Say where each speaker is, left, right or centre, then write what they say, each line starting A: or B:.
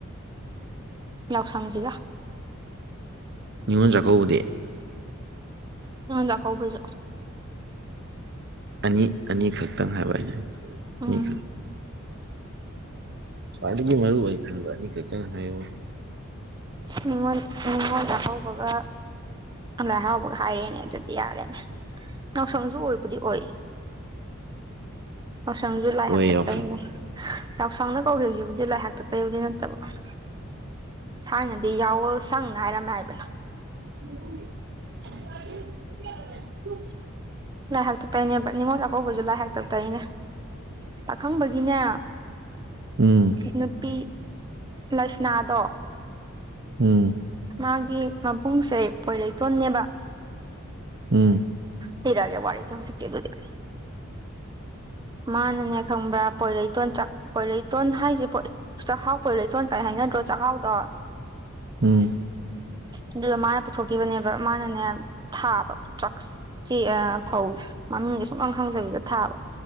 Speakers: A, on the right; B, on the right.
A: ꯌꯥꯎꯁꯪꯁꯤꯒ
B: ꯅꯤꯡꯉꯣꯜ ꯆꯥꯛꯀꯧꯕꯗꯤ
A: ꯅ ꯂ ꯀꯣꯕꯁꯨ
B: ꯑꯅꯤ ꯑꯅꯤꯈꯛꯇꯪ ꯍꯥꯏꯕ ꯑꯩꯅ꯫
A: ꯎꯝ
B: ꯑꯅꯤꯈꯛ ꯈ꯭ꯋꯥꯗꯒꯤ ꯃꯔꯨ ꯑꯣꯏ ꯈꯟꯕꯅꯤ ꯈꯇꯪ ꯍꯥꯏꯌꯨ
A: ꯅꯤꯉꯣꯟ ꯅꯤꯉꯣꯟ ꯆꯀꯧꯕꯒ ꯂꯥꯏ ꯍꯥꯎꯕꯒ ꯍꯥꯏꯔꯦꯅꯦ ꯑꯗꯨꯗꯤ ꯌꯥꯔꯦꯅꯦ ꯌꯥꯅꯥꯎꯁꯪꯁꯨ ꯑꯣꯏꯕꯨꯗꯤ ꯑꯣꯏ ꯌꯥꯎꯁꯪꯁꯨ ꯂꯥꯏ
B: ꯑꯣꯏ
A: ꯍꯥꯛꯇꯛꯇꯩꯅꯦ
B: ꯌꯥꯎꯁꯪ
A: ꯌꯥꯎꯁꯪꯅ ꯀꯧꯈꯤꯕ ꯍꯧꯁꯤꯕꯨꯗꯤ ꯂꯥꯏ ꯍꯥꯛꯇꯛ ꯇꯩ ꯍꯧꯗꯤ ꯅꯠꯇꯕ ꯊꯥꯏꯅꯗꯤ ꯌꯥꯋꯜ ꯁꯪꯅ ꯍꯥꯏꯔꯝꯃꯦ ꯍꯥꯏꯕꯅꯣ
B: <unintelligible>
A: ꯂꯥꯏ ꯍꯥꯛꯇꯛꯇꯒꯤꯅꯦ ꯅꯤꯉꯣꯜ ꯆꯥꯛꯀꯧꯕꯁꯨ ꯂꯥꯏ ꯍꯥꯛꯇꯛꯇꯒꯤꯅꯦ ꯆꯥꯛꯈꯪꯕꯒꯤꯅꯦ
B: ꯎꯝ
A: ꯅꯨꯄꯤ ꯂꯛꯁꯅꯥꯗꯣ
B: ꯎꯝ꯫
A: ꯃꯥꯒꯤ ꯃꯕꯨꯡꯁꯦ ꯄꯣꯏꯔꯩꯇꯣꯟꯅꯦꯕ
B: ꯎꯝ
A: ꯐꯤꯔꯒꯦ ꯋꯥ ꯋꯥꯔꯤꯁ ꯍꯁꯨ ꯀꯦ ꯑꯗꯨꯗꯤ ꯃꯥꯅꯅꯦ ꯈꯪꯕ꯭ꯔꯥ ꯄꯣꯏꯔꯩꯇꯣꯟ ꯄꯣꯏꯔꯩꯇꯣꯟ ꯍꯥꯏꯁꯤ ꯆꯥꯛꯈꯥꯎ ꯀꯣꯏꯔ ꯏꯆꯣꯟꯅ ꯀꯥꯏ ꯍꯥꯏꯅꯗ꯭ꯔꯣ ꯆꯥꯛꯈꯥꯎꯗꯣ
B: ꯎꯝ
A: ꯑꯗꯨꯗ ꯃꯥꯅ ꯄꯨꯊꯣꯛꯈꯤꯕꯅꯦꯕ ꯃꯥꯅꯅꯦ ꯊꯥꯕ ꯗ꯭ꯔꯛꯁ ꯆꯦꯛ ꯐꯧ ꯃꯅꯨꯡꯒꯤ ꯁꯨꯡꯂꯪ ꯈꯪꯗꯕꯤꯗ ꯊꯥꯕ